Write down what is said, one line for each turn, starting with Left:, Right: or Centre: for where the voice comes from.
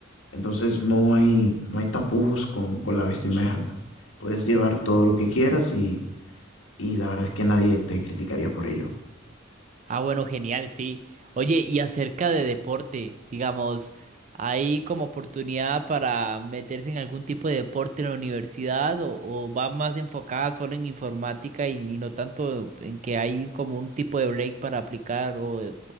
Left: Entonces no hay, no hay tapujos con, con la vestimenta. Puedes llevar todo lo que quieras y, y la verdad es que nadie te criticaría por ello.
Right: Ah, bueno, genial, sí. Oye, y acerca de deporte, digamos, ¿hay como oportunidad para meterse en algún tipo de deporte en la universidad o, o va más enfocada solo en informática y, y no tanto en que hay como un tipo de break para aplicar o eh,